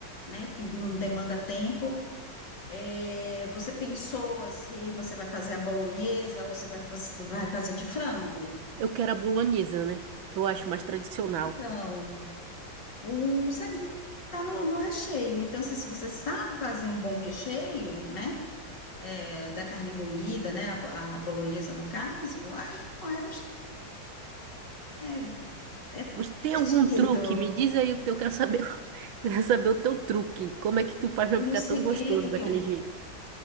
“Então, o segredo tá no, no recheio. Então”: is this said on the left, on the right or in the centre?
Left